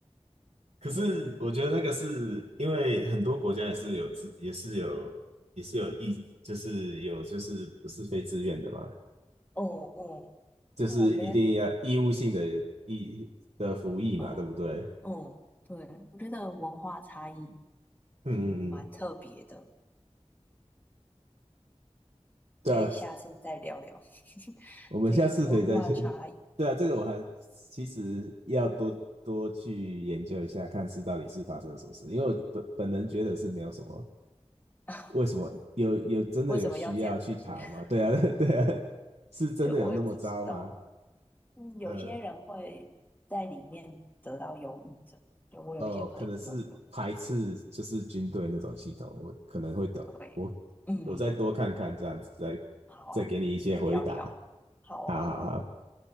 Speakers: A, on the right (about 80°); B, on the left (about 15°).
A: 可是我觉得那个是因为很多国家也是有自，
B: 嗯，
A: 也是有，也是有义，就是有就是不是非自愿的嘛，
B: 哦哦，
A: 就是一定要义务性的义的服役嘛，
B: 对啊，我觉得，嗯嗯，
A: 对不对？
B: 对，我觉得文化差异，
A: 嗯嗯嗯，
B: 嗯，蛮特别的，
A: 对啊，
B: 可以下次再聊聊 <laughs>
A: 我们下次可以再，
B: 这个文化差异，
A: <laughs> 对啊，这个我还其实要多多去研究一下，看是到底是发生了什么事，因为我本本人觉得是没有什么，
B: <laughs>
A: 为什么有有真的有需要去逃吗？
B: 为什么要这样，是不是？<laughs>
A: 对啊，<laughs> 对啊，是真的有那么糟吗？
B: 就我也不知道啊嗯，有些人会在里面得到忧郁症，
A: 呃，
B: 就我有一些朋友有。
A: 哦，可能是排斥就是军队那种系统，我可能会懂，
B: 对，
A: 我
B: 嗯，
A: 我再多看看这样子，再再给你一些回答。
B: 好啊再聊聊。好啊，
A: 好好好，
B: 好啊，